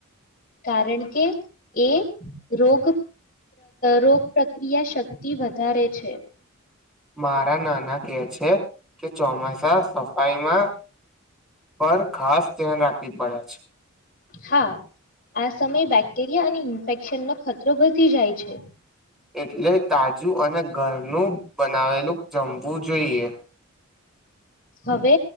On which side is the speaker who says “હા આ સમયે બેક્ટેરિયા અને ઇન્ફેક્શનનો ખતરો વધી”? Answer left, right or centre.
Left